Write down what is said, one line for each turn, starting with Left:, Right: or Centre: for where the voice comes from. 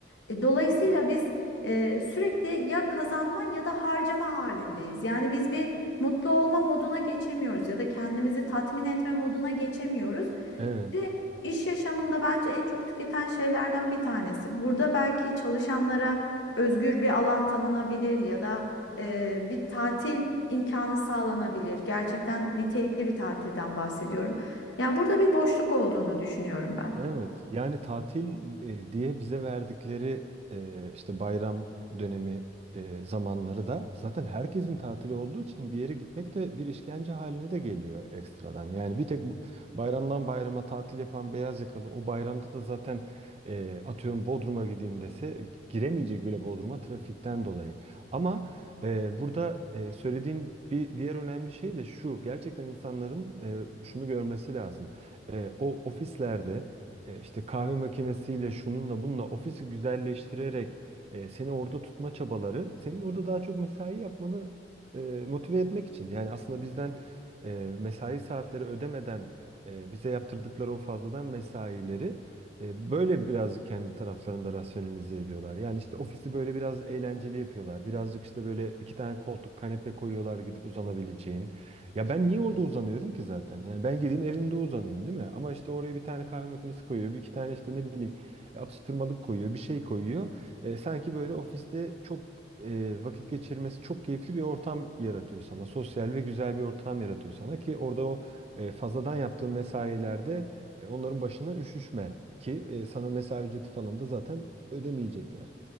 Left: E, Dolayısıyla biz e, sürekli ya kazanma ya da harcama halindeyiz. Yani biz bir mutlu olma moduna geçemiyoruz ya da kendimizi tatmin etme moduna geçemiyoruz.
Right: Evet.
Left: Ve iş yaşamında bence en çok tüketen şeylerden bir tanesi. Burada belki çalışanlara özgür bir alan tanınabilir ya da e, bir tatil imkanı sağlanabilir. Gerçekten nitelikli bir tatilden bahsediyorum. Yani burada bir boşluk olduğunu düşünüyorum ben.
Right: Evet, yani tatil e, diye bize verdikleri e, işte bayram dönemi e, zamanları da zaten herkesin tatili olduğu için bir yere gitmek de bir işkence haline de geliyor ekstradan. Yani bir tek bu- bayramdan bayrama tatil yapan beyaz yakalı o bayramda da zaten e, atıyorum Bodrum'a gideyim dese giremeyecek bile Bodrum'a trafikten dolayı. Ama e, burada e, söylediğin bir diğer önemli şey de şu gerçekten insanların e, şunu görmesi lazım. E, o ofislerde e, işte kahve makinesiyle şununla bununla ofisi güzelleştirerek e, seni orada tutma çabaları senin orada daha çok mesai yapmanı e, motive etmek için. Yani aslında bizden e, mesai saatleri ödemeden e, bize yaptırdıkları o fazladan mesaileri e, böyle birazcık kendi taraflarında rasyonalize ediyorlar. Yani işte ofisi böyle biraz eğlenceli yapıyorlar. Birazcık işte böyle iki tane koltuk kanepe koyuyorlar gidip uzanabileceğin. Ya ben niye orada uzanıyorum ki zaten? Yani ben gideyim evimde uzanayım değil mi? Ama işte oraya bir tane kahve makinesi koyuyor, bir iki tane işte ne bileyim e, atıştırmalık koyuyor, bir şey koyuyor. E, sanki böyle ofiste çok e, vakit geçirmesi çok keyifli bir ortam yaratıyor sana. Sosyal ve güzel bir ortam yaratıyor sana ki orada o e, fazladan yaptığın mesailerde e, onların başına üşüşme ki e, sana mesai ücreti falan da zaten ödemeyecekler.